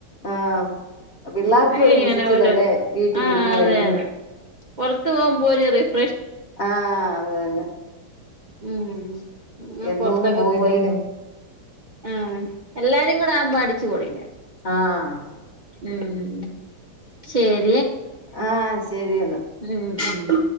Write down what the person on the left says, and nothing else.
ആഹ് പിള്ളേർക്കും
ഒരു മുഷിച്ചില്ലല്ലേ
വീട്ടിലിരുന്ന്
കഴിയും
ആ അത് തന്നെ
എന്നും
ഒന്നും പോയില്ലേലും
ആഹ്
ആഹ് ശരിയെന്ന